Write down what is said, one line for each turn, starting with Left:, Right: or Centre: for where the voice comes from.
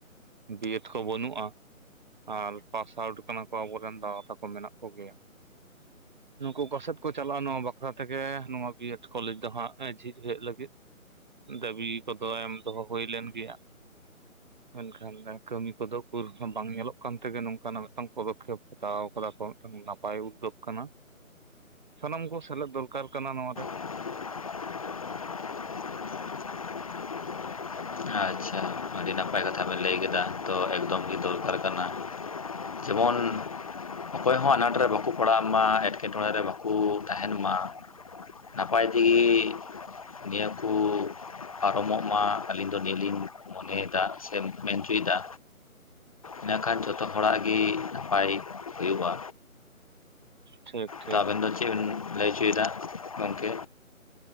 Right: ᱵᱤ ᱮᱴ ᱠᱚ ᱵᱟᱹᱱᱩᱜᱼᱟ᱾ ᱟᱨ ᱯᱟᱥ ᱟᱣᱩᱴ ᱠᱟᱱᱟ ᱠᱚ ᱟᱵᱚᱨᱮᱱ ᱫᱟᱫᱟ ᱛᱟᱠᱚ ᱢᱮᱱᱟᱜ ᱠᱚᱜᱮᱭᱟ᱾ ᱱᱩᱠᱩ ᱚᱠᱟ ᱥᱮᱫ ᱠᱚ ᱪᱟᱞᱟᱜᱼᱟ ᱱᱚᱣᱟ ᱵᱟᱠᱷᱨᱟ ᱛᱮᱜᱮ ᱱᱚᱣᱟ ᱵᱤ ᱮᱰ ᱠᱚᱞᱮᱡᱽ ᱫᱚ ᱦᱟᱸᱜ ᱡᱷᱤᱡ ᱦᱩᱭᱩᱜ ᱞᱟᱹᱜᱤᱫ᱾ ᱫᱟᱹᱵᱤ ᱠᱚᱫᱚ ᱮᱢ ᱫᱚᱦᱚ ᱦᱩᱭ ᱞᱮᱱ ᱜᱮᱭᱟ᱾ ᱢᱮᱱᱠᱷᱟᱱ ᱠᱟᱹᱢᱤ ᱠᱚᱫᱚ ᱠᱩᱞ ᱦᱚᱸ ᱵᱟᱝ ᱧᱮᱞᱚᱜ ᱠᱟᱱ ᱛᱮᱜᱮ ᱱᱚᱝᱠᱟᱱᱟᱜ ᱢᱮᱫᱴᱟᱝ ᱯᱚᱫᱚᱠᱷᱮᱯ ᱦᱟᱛᱟᱣ ᱟᱠᱟᱫᱟ ᱠᱚ ᱢᱤᱫᱴᱟᱝ ᱱᱟᱯᱟᱭ᱾ ᱵᱟᱭ ᱩᱫᱽᱫᱳᱜᱽ ᱠᱟᱱᱟ, ᱥᱟᱱᱟᱢ ᱠᱚ ᱥᱮᱞᱮᱫ ᱫᱚᱨᱠᱟᱨ ᱠᱟᱱᱟ ᱱᱚᱣᱟᱨᱮ᱾
Left: <inaudible> ᱟᱪᱪᱷᱟ ᱟᱹᱰᱤ ᱱᱟᱯᱟᱭ ᱠᱟᱛᱷᱟ ᱵᱮᱱ ᱞᱟᱹᱭ ᱠᱮᱫᱟ ᱛᱚ ᱜᱮ ᱫᱚᱨᱠᱟᱨ ᱠᱟᱱᱟ᱾ ᱡᱮᱢᱚᱱ ᱚᱠᱚᱭ ᱦᱚᱸ ᱟᱱᱟᱴᱨᱮ ᱵᱟᱠᱚ ᱯᱟᱲᱟᱜ ᱢᱟ ᱮᱸᱴᱠᱮᱴᱚᱬᱮ ᱨᱮ ᱵᱟᱠᱚ ᱛᱟᱦᱮᱱ ᱢᱟ᱾ ᱱᱟᱯᱟᱭ ᱛᱤᱜᱤ ᱱᱤᱭᱟᱹ ᱠᱚ ᱯᱟᱨᱚᱢᱚᱜ ᱢᱟ ᱟᱹᱞᱤᱧ ᱫᱚ ᱱᱤᱭᱟᱹᱞᱤᱧ ᱢᱚᱱᱮ ᱫᱟᱜ ᱥᱮᱢ ᱢᱮᱱ ᱦᱚᱪᱚᱭᱮᱫᱟ ᱤᱱᱟᱹᱠᱷᱟᱱ ᱡᱚᱛᱚ ᱦᱚᱲᱟᱜ ᱜᱮ ᱱᱟᱯᱟᱭ ᱦᱩᱭᱩᱜᱼᱟ
Right: ᱴᱷᱤᱠ ᱴᱷᱤᱠ
Left: ᱛᱚ ᱟᱵᱮᱱ ᱫᱚ ᱪᱮᱫ ᱵᱮᱱ ᱞᱟᱹᱭ ᱚᱪᱚᱭᱮᱫᱟ ᱜᱚᱢᱠᱮ